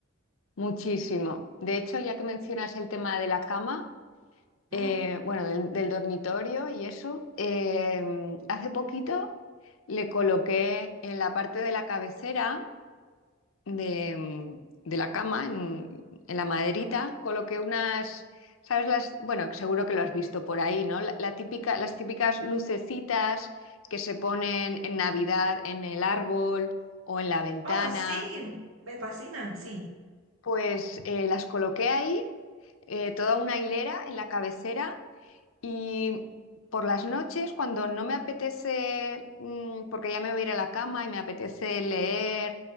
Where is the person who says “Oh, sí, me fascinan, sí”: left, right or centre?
Right